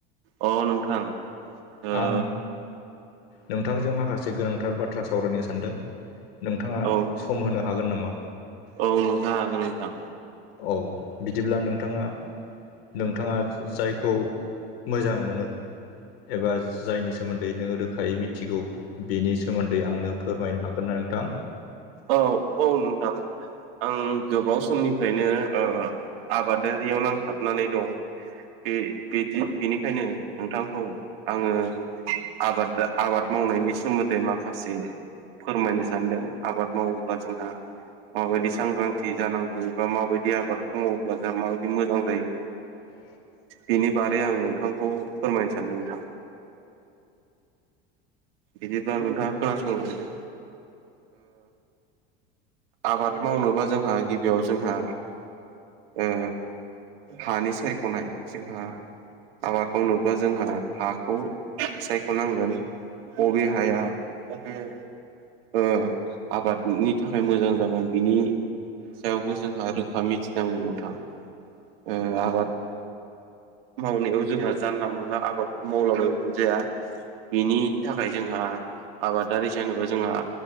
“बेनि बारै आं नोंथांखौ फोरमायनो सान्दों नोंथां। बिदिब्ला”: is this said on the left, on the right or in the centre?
Right